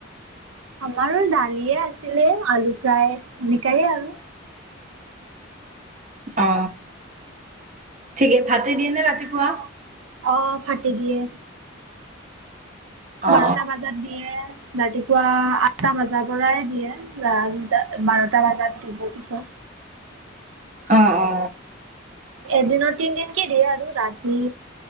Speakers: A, on the right; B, on the right.
A: আমাৰো দালিয়ে আছিলে, আলু ফ্ৰাই সেনেকাইে আৰু।
B: অ, ঠিকে ভাতে দিয়ে নে ৰাতিপুৱা?
A: অ, ভাতে দিয়ে। বাৰটা
B: অ
A: বাজাত দিয়ে, ৰাতিপুৱা আঠটা বাজাৰ পৰাই দিয়ে। ৰানদা, বাৰটা বজাত দিব পিছত।
B: অ, অ,
A: এদিনত তিনদিনকে দিয়ে আৰু ৰাতি